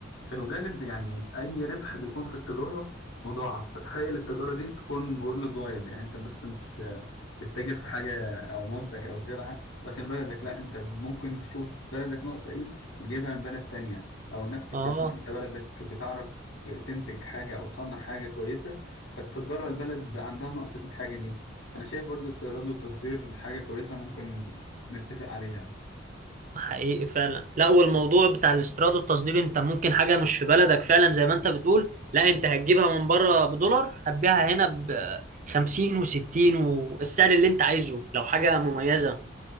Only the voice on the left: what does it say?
في الغالب يعني أي ربح بيكون في التجارة مضاعف فتخيل التجارة دي تكون وورلد وايد يعني أنت بس مش آه، بتتاجر في حاجة أو منتج أو سلعة داخل بلدك لا أنت ممكن تشوف بلدك ناقصة إيه وتجيبها من بلد تانية أو نفس الكلام
أنت بلدك بتعرف تنتج حاجة أو تصنع حاجة كويسة فتصدرها البلد عندها نقص في الحاجة دي أنا شايف برضو السيارات والتصدير حاجة كويسة ممكن نتفق عليها